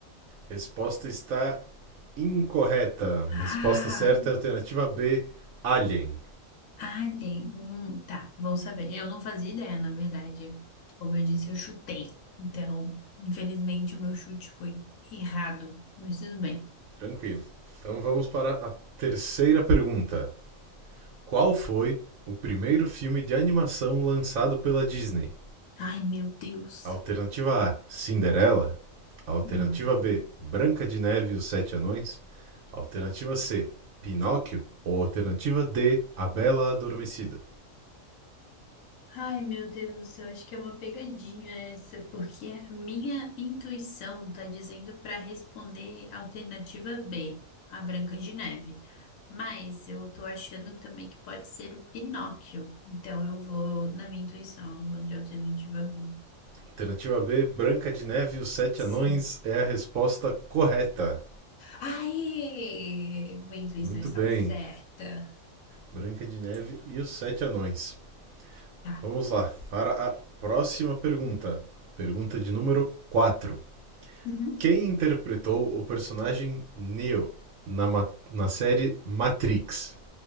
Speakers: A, on the right (about 75°); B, on the left (about 80°).
A: Resposta está incorreta.
B: Ah,
A: Resposta certa é alternativa B: Alien.
B: alien. Hum, tá, vão saber. Eu não fazia ideia, na verdade. Como eu disse, eu chutei. Então, infelizmente, o meu chute foi errado. Mas tudo bem.
A: Tranquilo. Então vamos para a terceira pergunta. Qual foi o primeiro filme de animação lançado pela Disney?
B: Ai, meu Deus.
A: Alternativa A: Cinderela. Alternativa
B: Hum.
A: B: Branca de Neve e os Sete Anões. Alternativa C: Pinóquio. Ou alternativa D: A Bela Adormecida.
B: Ai, meu Deus, eu acho que é uma pegadinha essa, porque a minha intuição tá dizendo para responder a alternativa B, a Branca de Neve. Mas eu tô achando também que pode ser o Pinóquio. Então eu vou na minha intuição, eu vou de alternativa B.
A: Alternativa B: Branca de Neve e os Sete
B: Sim.
A: Anões é a resposta correta.
B: Ai, minha intuição
A: Muito
B: estava
A: bem.
B: certa.
A: Branca de Neve e os Sete Anões.
B: Tá.
A: Vamos lá para a próxima pergunta. Pergunta de número 4.
B: Uhum.
A: Quem interpretou o personagem Neo na, ma- na série Matrix?